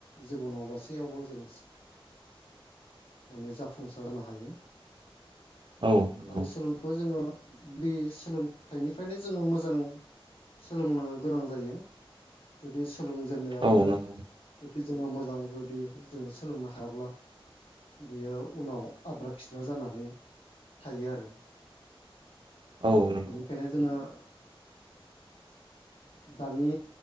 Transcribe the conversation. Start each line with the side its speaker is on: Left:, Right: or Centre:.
Left: जिबनाव गासैयावबो जों माने जाफुंसार खालामनो हायो।
Right: औ नंगौ
Left: आरो सोलोंखौ जोङो बे सोलोंथाइनिफ्रायनो जोङो मोजां सोलोंनो गोनां जायो जुदि सोलोंजेननायावनो
Right: औ नंगौ
Left: जोङो मोजां जुदि जोङो सोलोंनो हायाब्ला बियो उनाव आद्रा खिद्रा जानानै थायो आरो
Right: औ नंगौ
Left: बेनिखायनो जोङो औ दानि